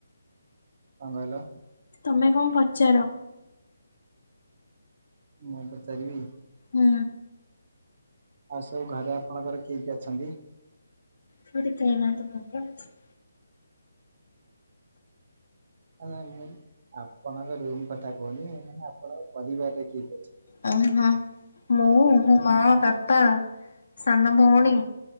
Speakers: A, on the right; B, on the left.
A: କଣ କହିଲ?
B: ତମେ କଣ ପଚାର?
A: ମୁଁ ପଚାରିବି?
B: ହୁଁ।
A: ଆଉ ସବୁ ଘରେ ଆପଣଙ୍କର କିଏ କିଏ ଅଛନ୍ତି?
B: ଘରେ କେହିନାହାନ୍ତି ମୁଁ ଏକାଅଛି।
A: ନା ନା ମୁଁ ଆପଣଙ୍କ ରୁମ୍ କଥା କହୁନି ମାନେ ଆପଣଙ୍କ ପରିବାରରେ କିଏ କିଏ ଅଛନ୍ତି?
B: ଓ ହୋ ମୁଁ ମୋ ମା ବାପା ସାନ ଭଉଣୀ